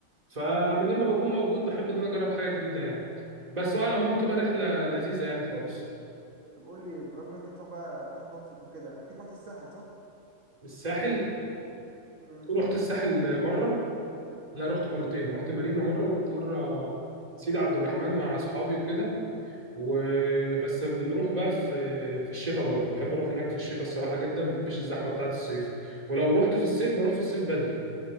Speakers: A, on the right (about 30°); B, on the right (about 70°).
A: فمن ما بكون موجود بحب ان انا اجرب حاجه جديده يعني بس هو على العموم
B: طب
A: بتبقى
B: قول
A: رحله لذيذه يعني خالص
B: طب قول لي برغم انت بتروح بقى بحر متوسط وكده اكيد رحت الساحل
A: الساحل
B: صح
A: رحت الساحل مره لا رحت مرتين رحت مارينا مره ورحت مره سيدي عبد الرحمن مع اصحابي وكده وبس بنروح بقى في في الشتاء برضو بحب اروح هناك في الشتاء الصراحه جدا ما بحبش الزحمه بتاعه الصيف ولو رحت في الصيف بروح في الصيف بدري